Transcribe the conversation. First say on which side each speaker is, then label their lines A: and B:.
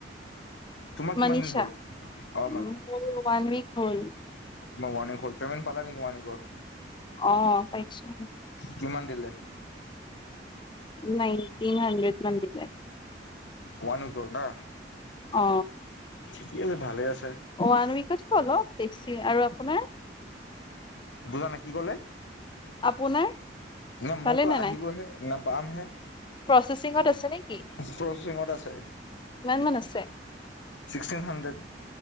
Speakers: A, on the left; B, on the left.
A: তোমাৰ কিমান
B: মনিচা
A: দিন হ'ল অ
B: মোৰ ওৱান ওইক হ'ল।
A: ম মণিক খোল পেমেণ্ট পালা নেকি মণিকৰ
B: অহ পাইছো
A: কিমান দিলে
B: নাইনটিন হাণ্ড্ৰেড মান দিলে
A: ওৱন উৱিকৰ না
B: অ
A: ঠিকে আছে ভালে আছ
B: ওৱান উৱিকত কে অলপ বেছি আৰু আপোনাৰ
A: বুজা নাই কি ক'লে
B: আপোনাৰ
A: না মোৰতো
B: ভালে নে
A: আহিবহে
B: নাই?
A: ন পামহে
B: প্ৰচেচিঙত আছে নে কি
A: প্ৰচেচিঙত আছে
B: মান আছে?
A: ছিক্সটিন হানড্ৰেড